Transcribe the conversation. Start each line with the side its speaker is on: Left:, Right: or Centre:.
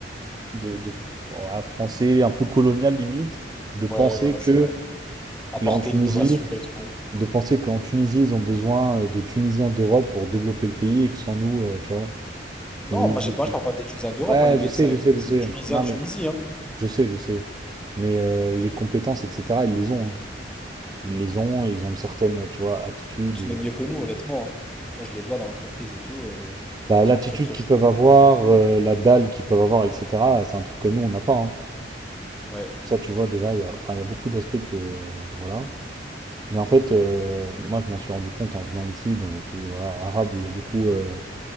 Right: de, de f- ouais, français, un peu colonial limite, de penser
Centre: Ouais, ouais, ouais,
Right: que
Centre: c'est vrai. Apporter
Right: là, en Tunisie,
Centre: l'innovation et tout.
Right: de penser qu'en Tunisie, ils ont besoin euh, de Tunisiens d'Europe pour développer le pays et que sans nous, euh, tu vois. Et
Centre: Non,
Right: ils-
Centre: moi, j'ai pas, je
Right: et-
Centre: parle pas des Tunisiens d'Europe,
Right: ouais,
Centre: hein, les médecins
Right: je sais,
Centre: et
Right: je sais,
Centre: tout.
Right: je
Centre: C'est
Right: sais.
Centre: les Tunisiens
Right: Non,
Centre: de
Right: mais
Centre: Tunisie, hein.
Right: je sais, je sais. Mais euh, les compétences, etc., ils les ont. hein. Ils les ont, et ils ont une certaine, tu vois, attitude
Centre: Ils sont
Right: et
Centre: même
Right: euh,
Centre: mieux que nous, honnêtement. hein. Moi, je les vois dans l'entreprise et tout. euh, Il
Right: bah,
Centre: y en a qui
Right: l'attitude
Centre: sont très, très
Right: qu'ils
Centre: chauds.
Right: peuvent avoir, euh, la dalle qu'ils peuvent avoir, etc. C'est un truc que nous, on n'a pas. hein.
Centre: Ouais.
Right: Ça, tu vois, déjà, il y a, enfin, il y a beaucoup d'aspects que, euh, voilà. Et en fait, euh, moi, je m'en suis rendu compte en venant ici, dans un pays, voilà, arabe, où il y a beaucoup euh,